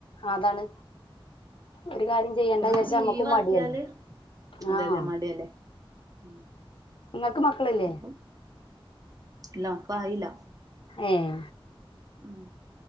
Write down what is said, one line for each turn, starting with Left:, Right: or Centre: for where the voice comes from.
Left: അതാണ് ഒരു കാര്യം ചെയ്യണ്ട
Right: ഇവർക്ക്
Left: ചാരിച്ച നമ്മക്കും
Right: ലീവ്
Left: മടിയല്ലേ
Right: ആക്കിയാല് അതെ
Left: ആഹ്
Right: അതെ മടിയല്ലേ ഉം
Left: നിങ്ങക്ക് മക്കളില്ലേ
Right: അപ്പം ഇല്ല എനിക്ക് ആയില്ല
Left: ഏയ്
Right: ഉം